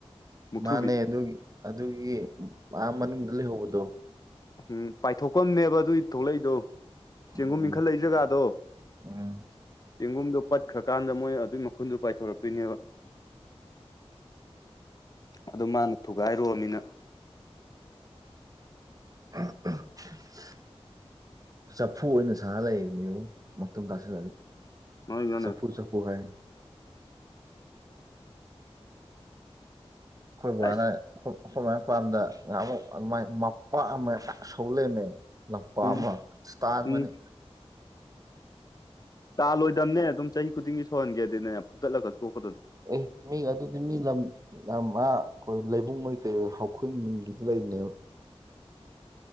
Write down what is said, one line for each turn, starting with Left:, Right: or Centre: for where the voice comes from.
Left: ꯃꯨꯛꯊ꯭ꯔꯨꯕꯤ
Right: ꯃꯥꯅꯦ ꯑꯗꯨꯒꯤ ꯑꯗꯨꯒꯤ ꯃꯥ ꯃꯅꯨꯡꯗ ꯂꯩꯍꯧꯕꯗꯣ
Left: ꯎꯝ ꯄꯥꯏꯊꯣꯛꯄꯅꯦꯕ ꯑꯗꯨꯏ ꯊꯣꯛꯂꯛꯏꯗꯣ ꯆꯦꯡꯒꯨꯝ
Right: ꯎꯝ
Left: ꯏꯈꯠꯂ ꯖꯒꯥꯗꯣ
Right: ꯎꯝ
Left: ꯆꯦꯡꯒꯨꯝꯗꯣꯠ ꯈ꯭ꯔꯀꯥꯟꯗ ꯃꯣꯏ ꯑꯗꯨꯏ ꯃꯈꯨꯟꯗꯨ ꯄꯥꯏꯊꯣꯔꯛꯇꯨꯏꯅꯦꯕ ꯑꯗꯨ ꯃꯥꯅ ꯊꯨꯒꯥꯏꯔꯨꯃꯤꯅ
Right: <unintelligible> ꯆꯐꯨ ꯑꯣꯏꯅ ꯁꯥ ꯂꯩꯕꯅꯦꯕꯨ ꯃꯇꯨꯝ ꯇꯥꯁꯤꯜꯂꯒ
Left: ꯃꯣꯏꯗꯨꯅ
Right: ꯆꯐꯨ ꯆꯐꯨ ꯍꯥꯏ ꯑꯩꯈꯣꯏ ꯕꯥꯅ
Left: ꯑꯁ
Right: ꯑꯩꯈꯣꯏ ꯃꯥꯏ ꯃꯄꯥꯝꯗ ꯅꯍꯥꯟꯃꯨꯛ ꯑꯃꯥꯏ ꯃꯄꯥꯛ ꯑꯃ ꯄ ꯁꯧ ꯂꯩꯝꯃꯦ ꯂꯝꯄꯥꯛ
Left: ꯎꯝ
Right: ꯑꯃ ꯁꯇꯥꯥꯥꯟꯕꯅꯤ
Left: ꯎꯝ ꯇꯥꯜꯂꯣꯏꯗꯝꯅꯦ ꯑꯗꯨꯝ ꯆꯍꯤ ꯈꯨꯗꯤꯡꯒꯤ ꯁꯧꯍꯟꯒꯦꯗꯤꯅꯦ ꯐꯨꯛꯇꯠꯂꯒ ꯇꯣꯛꯀꯗꯝꯅꯦ
Right: ꯑꯦ ꯃꯤ ꯑꯗꯨꯗꯤ ꯃꯤ ꯂꯝ ꯌꯥꯝ ꯑꯥ ꯑꯩꯈꯣꯏ ꯂꯩꯕꯨꯡꯑꯣꯏ ꯀꯩꯑꯣꯏ ꯍꯧꯈꯨꯟ ꯅꯨꯡꯒꯤꯗ ꯂꯩꯕꯅꯦꯕ